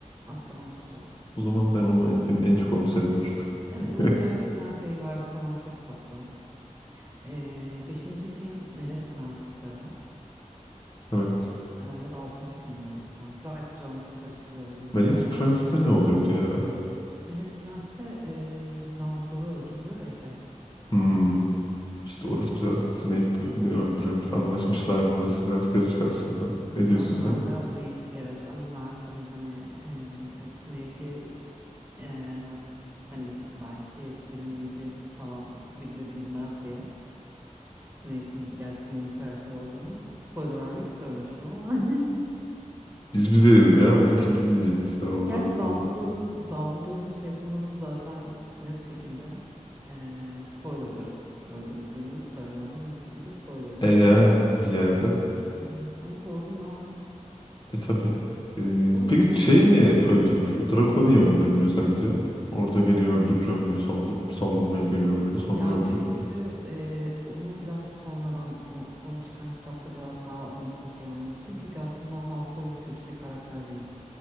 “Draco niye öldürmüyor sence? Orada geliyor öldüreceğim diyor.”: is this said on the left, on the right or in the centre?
Left